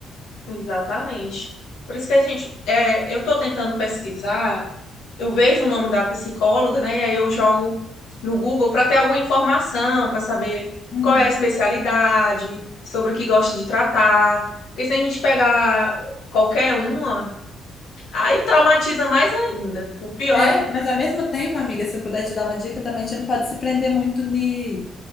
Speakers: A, on the left; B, on the left.
A: Exatamente. Por isso que a gente, é, eu tô tentando pesquisar, eu vejo o nome da psicóloga, né? E aí eu jogo no Google para ter alguma informação, para saber
B: Uhum.
A: qual é a especialidade, sobre o que gosta de tratar. Porque se a gente pegar qualquer uma, aí traumatiza mais ainda. O pior
B: É,
A: é,
B: mas ao mesmo tempo, amiga, se eu puder te dar uma dica também, a gente não pode se prender muito ni